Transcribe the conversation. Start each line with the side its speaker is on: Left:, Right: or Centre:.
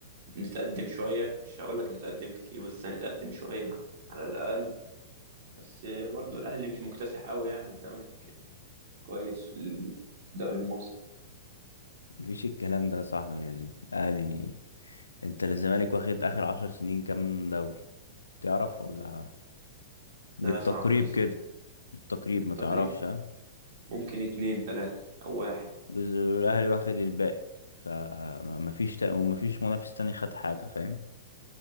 Right: نتقدم شوية مش هقولك نتقدم كتير بس هنتقدم شوية على الأقل بس برضو الأهلي مش مكتسح قوي يعني الزمالك كويس في الدوري المصري
Left: مفيش الكلام ده يا صاحبي الاهلي انت الزمالك واخد اخر عشر سنين كام دوري تعرف ولا بالتقريب
Right: لا صعبة دي صعبة
Left: كده بالتقريب
Right: بالتقريب
Left: ما تعرفش ها
Right: ممكن اتنين تلاتة أو واحد
Left: بز- الاهلي واخد الباقي فمفيش تا... ومفيش منافس تاني خد حاجه فاهم